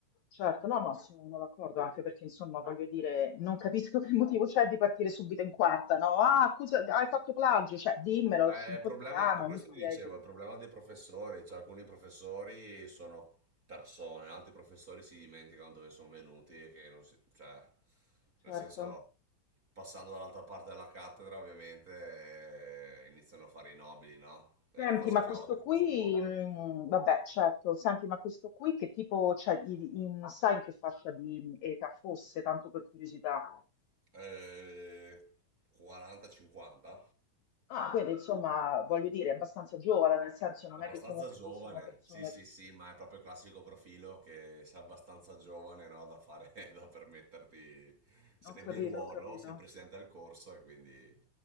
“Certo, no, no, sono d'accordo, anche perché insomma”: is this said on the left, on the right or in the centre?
Left